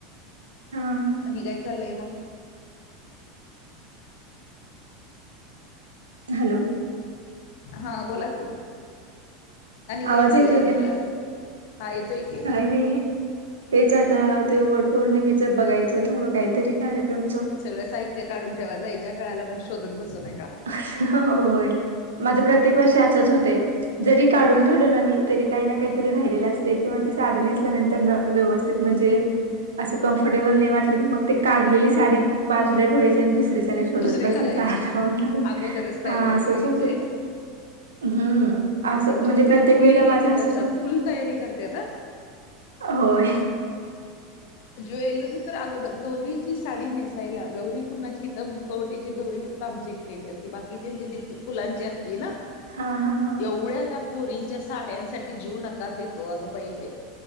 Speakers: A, on the right (about 80°); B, on the left (about 65°).
A: हा हा
B: आणि काय चाललंय मंग
A: हॅलो.
B: हा बोला की आणि काय
A: आवाज
B: चाललंय
A: येतोय
B: म्हटलं हा येतोय की
A: नी तेच आता ते वटपौर्णिमेचं बघायचं थोडं काहीतरी कार्यक्रमचं.
B: सगळं साहित्य काढून ठेवायचं जायच्या कळाला म शोधत बसू नका.
A: ह ह होय माझं प्रत्येक वर्षी असंच होतय. जरी काढून ठेवलं ना मी तरी काय ना काय तरी राहिलेलं असतंय किंवा ति साडी नेस. <unintelligible> व्यवस्थित म्हणजे असं कम्फर्टेबल नय वाटलं की मग ते काढलेली साडी बाजूला ठेवाय. दुसरीच्या अणि शोधात
B: दुसरी
A: बसायचं
B: घालायची
A: <unintelligible>
B: अगोदरच तयारी
A: हा असच
B: करायची
A: होतय. हम्म असं
B: आमच्या
A: म्हणजे
B: इथल्या
A: प्रत्येक
B: मुली
A: वेळेला माझं
B: ती
A: असंच
B: तशा
A: होत.
B: फुल तयारी करतात हा
A: होय.
B: ज्वेलरी तर अगोदर गौरीची साडी नेसायला गौरी कुणाची हित कवटीची गौरी फक्त आमची एकट्याची असती बाकी च्यांची ते फुलांची असती ना.
A: हां, हां, हां.
B: एवढं त्या पोरींच्या साड्यांसाठी जीव नकात येतो अगं बाई बाई.